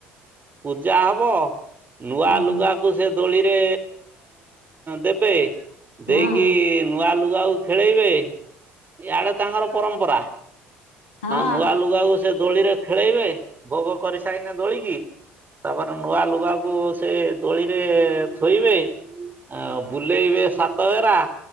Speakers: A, on the right; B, on the left.
A: ପୂଜା ହବ ନୂଆ
B: ହୁଁ
A: ଲୁଗା କୁ ଦୋଳି ରେ ଦେବେ
B: ହଁ
A: ଦେଇକି ନୂଆ ଛୁଆ ଖେଳେଇବେ ଇଆଡେ ତାଙ୍କର ପରମ୍ପରା
B: ହଁ
A: ନୂଆ ଲୁଗାକୁ ସେ ଦୋଳିରେ ଖେଳେଇବେ ଭୋଗ କରିସାରିନେ ଦୋଳିିକି। ତାପରେ ନୂଆ ଲୁଗାକୁ ସେ ଦୋଳିରେ ଥୋଇବେ। ହ ବୁଲେଇବେ ସାତ ଘେ।